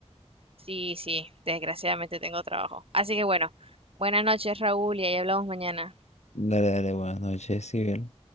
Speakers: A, on the right; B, on the left.
A: Sí, sí, desgraciadamente tengo trabajo. Así que bueno, buenas noches, Raúl, y ahí hablamos mañana.
B: Dale, dale, buenas noches, Sibel.